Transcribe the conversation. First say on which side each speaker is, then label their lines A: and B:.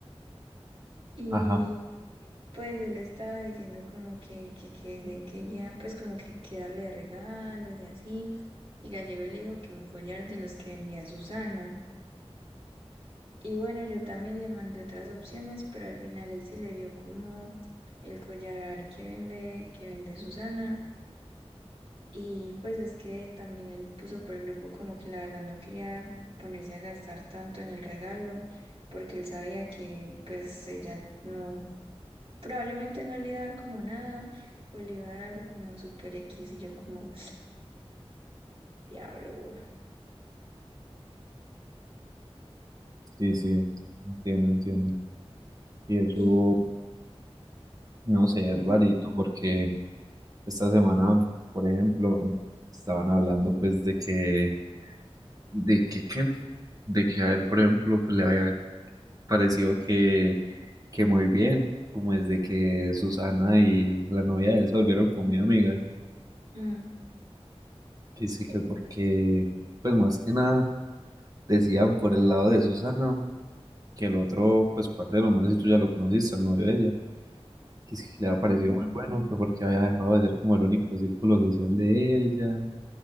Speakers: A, on the right; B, on the right.
A: Y
B: ajá.
A: pues él estaba diciendo como que, que, que le quería, pues como que, que darle de regalo y así. Y Gallego le dijo que un collar de los que vendía Susana. Y bueno, yo también le mandé otras opciones, pero al final él sí le dio como el collar que vende, que vende Susana. Y pues es que también él puso por el grupo como que la verdad no quería ponerse a gastar tanto en el regalo, porque él sabía que pues ella no Probablemente no le iba a dar como nada o le iba a dar algo como super X y yo como diablo.
B: Sí, sí, entiendo, entiendo. Y eso,
A: Y
B: no sé,
A: llegué.
B: es rarito porque esta semana, por ejemplo, estaban hablando pues de que, de que, ¿qué? De que a él, por ejemplo, pues le había pareció que, que muy bien, como desde que Susana y la novia de él se volvieron como muy amigas,
A: Mm,
B: que sí que porque, pues más que nada, decían por el lado de Susana que el otro, pues parcero, no sé si tú ya lo conociste, el novio de ella, que sí que le
A: mm,
B: había parecido muy bueno, que porque había dejado de ser como el único círculo social de ella,